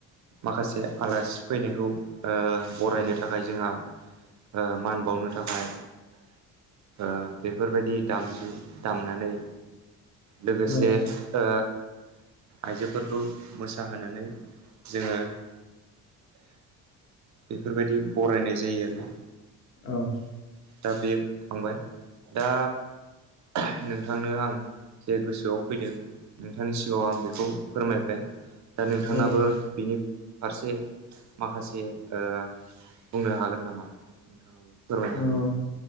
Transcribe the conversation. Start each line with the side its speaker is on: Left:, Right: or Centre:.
Right: माखासे आलासि फैनायखौ ओ बरायनो थाखाय जोंहा। ओ मान बावनो थाखाय। ओ बेफोरबायदि दामजु दामनानै। लोगोसे
Left: औ
Right: ओ। आइजोफोरखौ मोसाहोनानै जोङो। <inaudible> इफोरबायदि बरायनाय जायो आरो
Left: औ
Right: दा बे। थांबाय दा नोंथांनो आं। जे गोसोआव फैदो नोंथांनि सिगाङाव आं बेखौ फोरमायबाय। दा नोंथाङाबो
Left: औ
Right: बिनि फारसे माखासे। ओ बुंनो हागोन नामा फोरमायनो
Left: औ
Right: हागोन नामा।